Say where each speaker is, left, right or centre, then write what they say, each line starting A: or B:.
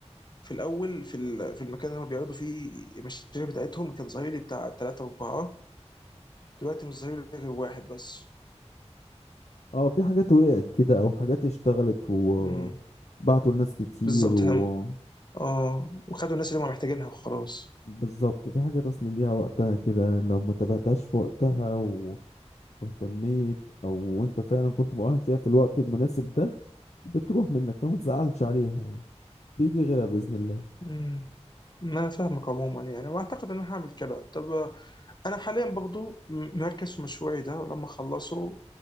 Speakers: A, on the left; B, on the left.
A: في الاول في ال- في المكان اللي هم بيقعدوا فيه المشاريع بتاعتهم كان ظهيري بتاع ثلاثة أربعة دلوقتي مش ظهيري غير واحد بس
B: اه في حاجات وقعت كده او حاجات اشتغلت وبعتوا
A: مم.
B: الناس كتير
A: بالظبط
B: و...
A: احنا اه وخدوا الناس اللي هم محتاجينها وخلاص
B: بالظبط في حاجات اصل ليها وقتها كده لو ما تابعتهاش في وقتها و... واهتميت او انت فعلا كنت مؤهل فيها في الوقت المناسب ده بتروح منك فما تزعلش عليها يعني بيجي غيرها باذن الله
A: مم. ما انا فاهمك عموما يعني واعتقد ان انا هعمل كده طب آه، انا حاليا برضو م- مركز في مشروعي ده ولما اخلصه